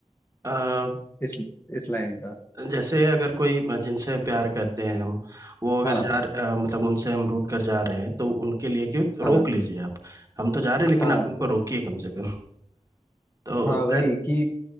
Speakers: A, on the right; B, on the left.
A: आ,
B: इस इस लाइन का
A: जैसे अगर कोई जिनसे प्यार करते हैं हम वो अगर
B: हाँ
A: जा अ, मतलब उनसे हम रूट कर जा रहे हैं तो उनके लिए कि
B: हाँ
A: रोक लीजिए आप हम तो जा रहे हैं लेकिन
B: हाँ
A: आप हमको रोकिए कम से कम तो
B: हाँ
A: पह-
B: वही कि